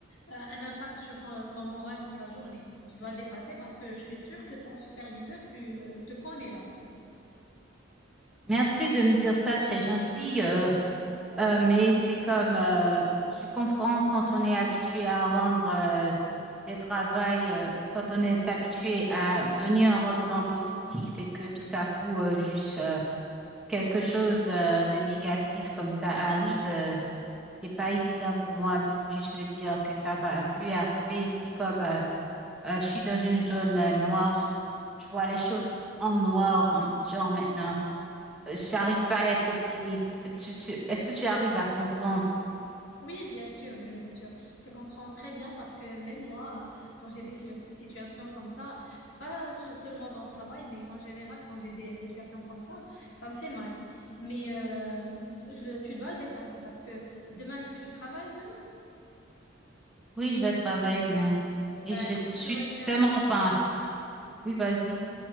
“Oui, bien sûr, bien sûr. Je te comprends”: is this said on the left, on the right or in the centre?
Left